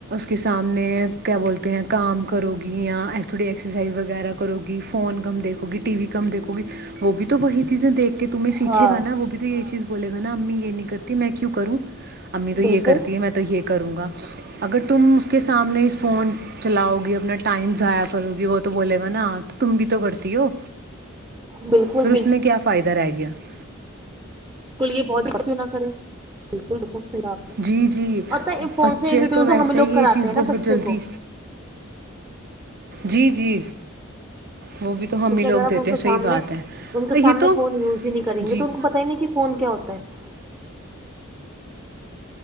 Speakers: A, on the right; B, on the right.
A: کے سامنے کیا بولتے ہیں کام کرو گی یا تھوڑی ایکسرسائز وغیرہ کرو گی فون کم دیکھو گی ٹی وی کم دیکھو گی وہ بھی تو وہی چیزیں دیکھ کہ تمہیں سیکھے
B: ہاں
A: گا وہ بھی تو یہ چیز بولے گ نا امی یہ نہیں کرتی میں کیوں کروں امی تو
B: بالکل
A: یہ کرتی ہے میں تو یہ کروں گا اگر تم اس کے سامنے فون چلاؤ گی اپنا ٹائم ضائع کرو گی وہ تو بولے نا تو تم بھی تو کرتی ہو
B: بالکل
A: پھر
B: بالکل
A: اس میں کیا فائدہ رہے گا <inaudible>
B: <inaudible>
A: جی جی
B: اور پتہ ہے فون
A: بچے
B: سے انٹروڈیوس
A: تو ویسے
B: ہم لوگ
A: ہی
B: کراتے
A: یہ چیز
B: ہیں
A: بہت
B: نا بچے
A: جلدی
B: کو
A: جی جی وہ بھی تو ہم
B: جیسے
A: ہی لوگ
B: اگر آپ
A: دیتے
B: ان
A: ہیں
B: کو سامنے
A: صحیح بات ہے
B: ان کے
A: یہ
B: سامنے
A: تو
B: فون یوز ہی نہیں کریں
A: جی
B: گے تو ان کو پت ہی نہیں کہ فون کیا ہوتا ہے